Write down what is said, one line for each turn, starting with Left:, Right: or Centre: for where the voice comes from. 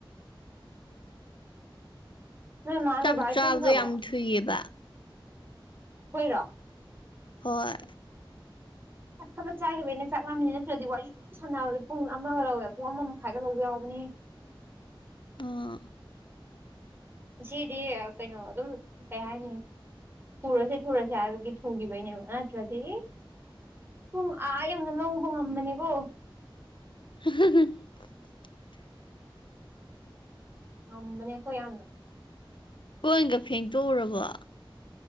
Right: ꯅꯣꯏ ꯃꯥ
Left: ꯆꯞ
Right: ꯅꯣꯏ ꯕꯥ ꯍꯣꯏ
Left: ꯆꯥꯕꯗꯣ
Right: ꯇꯨꯝꯈ꯭ꯔꯕꯣ
Left: ꯌꯥꯝ ꯊꯨꯏꯑꯕ
Right: ꯣꯏꯔꯣ
Left: ꯍꯣꯏ
Right: ꯑ ꯊꯕꯛ ꯆꯥꯈꯤꯕ ꯑꯩꯅ ꯆꯥꯛ ꯂꯃꯤꯅꯤ ꯅꯠꯇ꯭ꯔꯗꯤ ꯋꯥꯔꯤꯗꯨ ꯁꯥꯟꯅꯕꯗ ꯄꯨꯡ ꯑꯃꯒ ꯂꯧꯋꯦ ꯄꯨꯡ ꯑꯃ ꯃꯈꯥꯏꯒ ꯂꯧꯕ ꯌꯥꯎꯕꯅꯦ
Left: ꯑꯥ
Right: ꯑꯁꯤꯗꯤ ꯀꯩꯅꯣ ꯑꯗꯨꯝ ꯀꯩ ꯍꯥꯏꯅꯤ ꯊꯨꯔꯁꯦ ꯊꯨꯔꯁꯦ ꯍꯥꯏꯕꯒꯤ ꯊꯨꯈꯤꯕꯩꯅꯦꯕ ꯑꯊ꯭ꯔꯗꯤ ꯄꯨꯡ ꯑꯥ ꯌꯧꯅ ꯂꯧꯕ ꯉꯝꯕꯅꯤꯀꯣ
Left: <inaudible>
Right: ꯑ ꯃꯅꯦꯈꯣꯏ ꯌꯥꯝꯝ ꯅ
Left: ꯅꯣꯏꯒ ꯐꯦꯡꯗꯣꯛꯎꯔꯕ